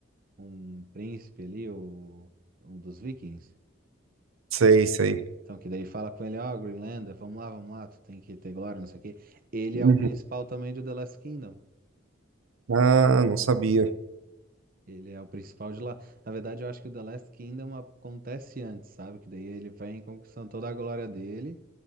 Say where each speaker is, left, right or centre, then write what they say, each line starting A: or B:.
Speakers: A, on the right; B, on the right.
A: um príncipe ali, o, um dos vikings.
B: Sei, sei.
A: Então, que daí fala com ele, ó, Greenlander, vamos lá, vamos lá, tu tem que ter glória, não sei o quê. Ele
B: Uhum.
A: é o principal também de The Last Kingdom.
B: Ah, não sabia.
A: Ele é o principal de lá. Na verdade, eu acho que o The Last Kingdom acontece antes, sabe? Que daí ele vem conquistando toda a glória dele,